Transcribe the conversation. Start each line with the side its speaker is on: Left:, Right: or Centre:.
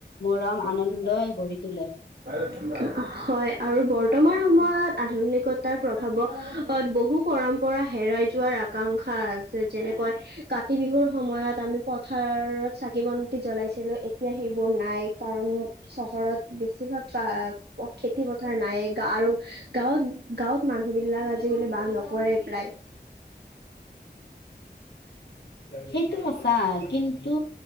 Left: মৰম আনন্দই গঢ়ি তোলে।
Right: হয় আৰু বৰ্তমান সময়ত আধুনিকত তাৰ প্ৰভাৱত বহু পৰম্পৰা হেৰাই যোৱাৰ আকাংক্ষা আছে যেনেকৈ কাতি বিহুৰ সময়ত আমি পথাৰত চাকি বন্তি জ্বলাইছিলোঁ, এতিয়া সেইবোৰ নাই। কাৰণ চহৰত বেছিভাগ কা খেতি পথাৰ নাইয়ে, গা, আৰু গাঁৱত গাঁৱত মানুহ বিলাক আজিকালি বাস নকৰে প্ৰায়
Left: সেইটো সঁচা কিন্তু